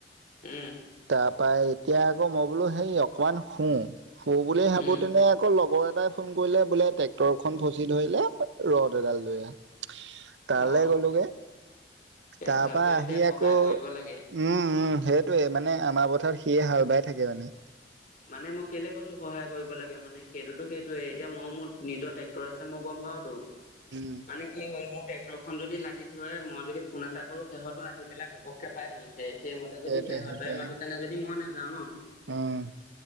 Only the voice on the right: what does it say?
তাৰ পৰাৰা এতিয়া আকৌ মই বোলো সেই অকমান শুওঁ। শু বুলি ভাবোতেনে
আকৌ লগৰ এটাই ফোন কৰিলে বোলে ট্ৰেক্টৰ খন ফচি ধৰিলে। ৰ'দ এডাল লৈ আহ তালৈ
গ'লোগে। তাৰ
পৰা
আহি
আকৌ
উম, উ, সেইটোৱে মানে আমাৰ পথাৰ সিয়ে হাল বাই থাকে মানে।
উম
সেইটোৱে
সেইটোৱে
উম,